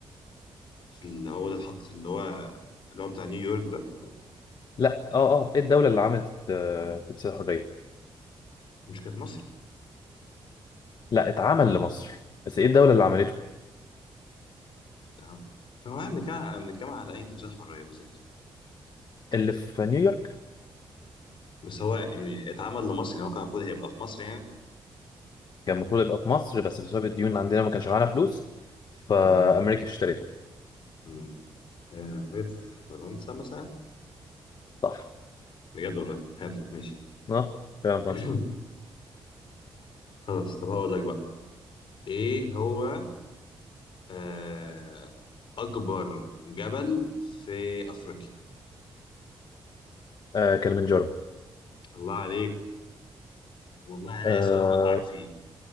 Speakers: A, on the left; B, on the left.
A: اللي هو ده اتحط اللي هو اللي هو بتاع نيويورك ده
B: لا اه اه ايه الدولة اللي عملت آه تمثال الحرية؟
A: مش كانت مصر
B: لا اتعمل لمصر بس ايه الدولة اللي عملته؟
A: تمام فهو بنتكلم بنتكلم على اي تمثيل حريه بالظبط
B: اللي في نيويورك
A: بس هو يعني اتعمل لمصر يعني هو كان المفروض هيبقى في مصر يعني
B: كان المفروض يبقى في مصر بس بسبب الديون عندنا ما كانش معانا فلوس فأمريكا
A: اه
B: اشتريته
A: امم آه، قريت في فرنسا مثلا
B: صح
A: بجد والله حلو ماشي
B: اه فعلا فرنسا
A: <clears throat> خلاص طب هقول لك بقى ايه هو آه اكبر جبل في افريقيا
B: آه كلمنجارو
A: الله عليك والله عليا
B: آه...
A: سؤال هوقعك فيه